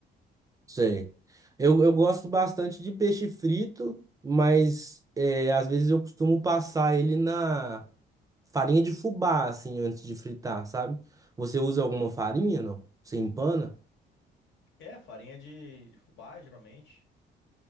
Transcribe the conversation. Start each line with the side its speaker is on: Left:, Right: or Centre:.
Right: Sei. Eu, eu gosto bastante de peixe frito, mas é, às vezes eu costumo passar ele na farinha de fubá, assim, antes de fritar, sabe? Você usa alguma farinha, não? Você empana?
Left: É, farinha de, de fubá, geralmente,